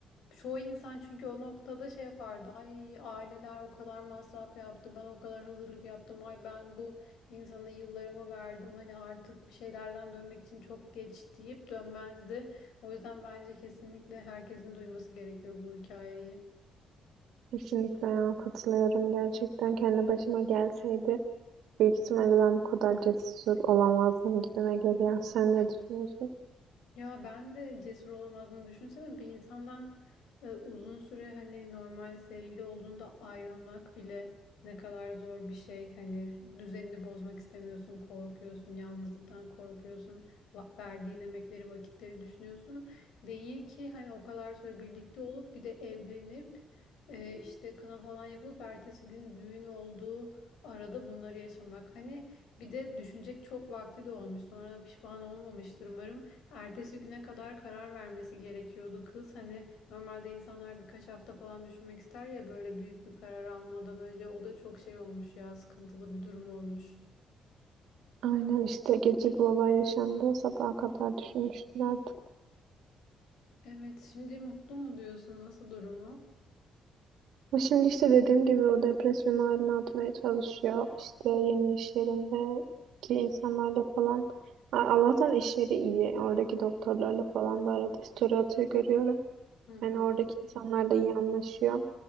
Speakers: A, on the left; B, on the right.
A: Çoğu insan çünkü o noktada şey yapardı. Ay aileler o kadar masraf yaptı. Ben o kadar hazırlık yaptım. Ay ben bu insana yıllarımı verdim. Hani artık bir şeylerden dönmek için çok geç deyip dönmezdi. O yüzden bence kesinlikle herkesin duyması gerekiyor bu hikayeyi.
B: Kesinlikle ya katılıyorum. Gerçekten kendi başıma gelseydi. Büyük ihtimalle ben bu kadar cesur olamazdım gibime geliyor. Sen ne düşünüyorsun?
A: Ya ben de cesur olamazdım. Düşünsene bir insandan e, uzun süre hani normal sevgili olduğunda ayrılmak bile ne kadar zor bir şey. Hani düzenini bozmak istemiyorsun, korkuyorsun, yalnızlıktan korkuyorsun, va- verdiğin emekleri, vakitleri düşünüyorsun. Değil ki hani o kadar süre birlikte olup bir de evlenip e, işte kına falan yapılıp ertesi gün düğün olduğu arada bunları yaşamak. Hani bir de düşünecek çok vakti de olmuş. Sonra pişman olmamıştır umarım. Ertesi güne kadar karar vermesi gerekiyordu kız. Hani normalde insanlar birkaç hafta falan düşünmek ister ya böyle büyük bir karar almadan önce. O da çok şey olmuş ya, sıkıntılı bir durum olmuş.
B: Aynen işte gece bu olay yaşandı. Sabaha kadar düşünmüştür artık.
A: Evet, şimdi mutlu mu diyorsun? Nasıl durumu?
B: Ama şimdi işte dediğim gibi o depresyon haline atmaya çalışıyor. İşte yeni iş yerindeki insanlarla falan. A- Allah'tan iş yeri iyi. Oradaki doktorlarla falan da arada story atıyor görüyorum.
A: Hı hı.
B: Yani oradaki insanlarla iyi anlaşıyor.